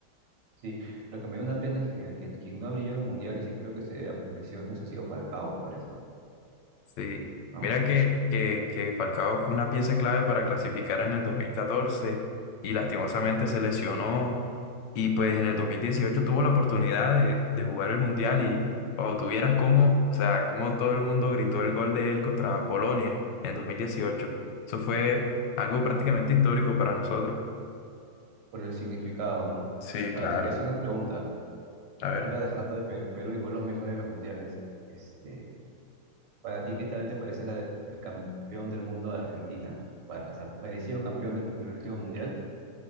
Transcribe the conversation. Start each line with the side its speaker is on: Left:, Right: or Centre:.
Right: Sí, lo que me da una pena es que quien, quien no ha brillado en mundiales y creo que se debe a lesiones ha sido Falcao, me parece,
Left: Sí,
Right: ¿no?
Left: mira que, que, que Falcao fue una pieza clave para clasificar en el 2014 y lastimosamente se lesionó y pues en el 2018 tuvo la oportunidad de, de jugar el Mundial y cuando tuvieras cómo, o sea, cómo todo el mundo gritó el gol de él contra Polonia en 2018. Eso fue algo prácticamente histórico para nosotros.
Right: Por el significado, ¿no?
Left: Sí,
Right: Ahora
Left: claro.
Right: te quería hacer una pregunta.
Left: A ver.
Right: Fuera dejando de Per- Perú y Colombia fuera de los mundiales, este, para ti, ¿qué tal te parece la- el campeón del mundo de Argentina? Para, o sea, parecido campeón del, mu- del último mundial.